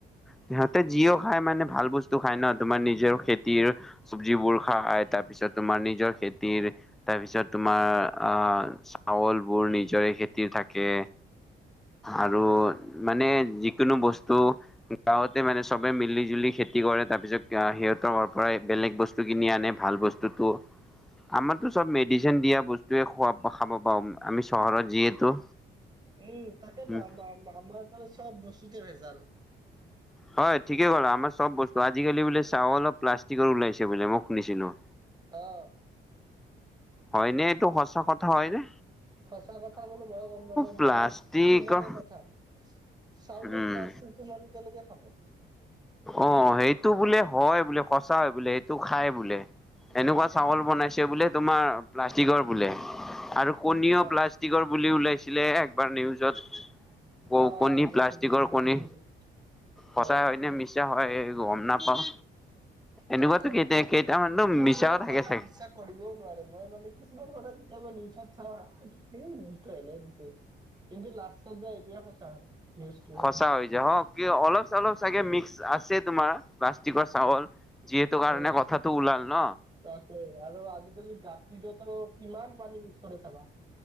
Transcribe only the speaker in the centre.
সিহঁতে যিও খাই মানে ভাল বস্তু খায় ন! তোমাৰ নিজৰ খেতিৰ চব্জিবোৰ খায়। তাৰপিছত তোমাৰ নিজৰ খেতিৰ তাৰ পিছত তোমাৰ আহ, চাউল বোৰ নিজৰে খেতিৰ থাক কে আৰু মানে যিকোনো বস্তু গাঁৱতে মানে চবে মিলি-জুলি খেতি কৰে, তাৰ পিছত সিহঁতৰ পৰাই বেলেগ বস্তু বস্তু কিনি আনে ভাল বস্তুটো। আমাৰতো চব মেডিচিন দিয়া বস্তুয়েই খোৱা খাব পাওঁ। আমি চহৰত যিহেতু
উম,
হয়, ঠিকে ক'লা-আমাৰ চব বস্তু আজিকালি বোলে চাউল অলপ প্লাষ্টিকৰ ওলাইছে বোলে মই শুনিছিলো।
হয়নে, এইটো সঁচা কথা হয় নে?
প্লাষ্টিকৰ
উম,
অ, সেইটো বোলে হয় বোলে সচা হয় বোলে সেইটো খাই বোলে এনেকুৱা চাউল বনাইছে বোলে, তোমাৰ প্লাষ্টিকৰ বোলে। আৰু কণীও
প্লাষ্টিকৰ বুলি ওলাইছিলে একবাৰ নিউজত। বৌ,
কণী
প্লাষ্টিকৰ
কণী
সঁচা
হয়নে মি মিছা হয় গম নাপাওঁ, এনেকুৱাতো
কেই
কেইটামানতো
মিছাও থাকে
চাগে।
সঁচা হৈ যায়, হ কিয় অলপ চলপ চাগে মিক্স আছে, তোমাৰ প্লাষ্টিকৰ চাউল। যিহেতু, কাৰণে
কথাটো ওলাল ন!